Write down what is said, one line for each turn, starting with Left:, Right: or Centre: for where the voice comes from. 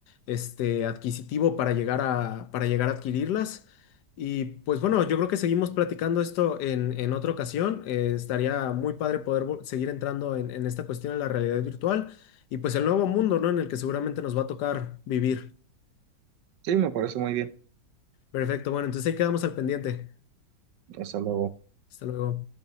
Left: este, adquisitivo para llegar a, para llegar a adquirirlas. Y pues bueno, yo creo que seguimos platicando esto en, en otra ocasión. Eh, estaría muy padre poder vol- seguir entrando en, en esta cuestión de la realidad virtual y pues el nuevo mundo, ¿no? En el que seguramente nos va a tocar vivir.
Right: Sí, me parece muy bien.
Left: Perfecto, bueno, entonces ahí quedamos al pendiente.
Right: Hasta luego.
Left: Hasta luego.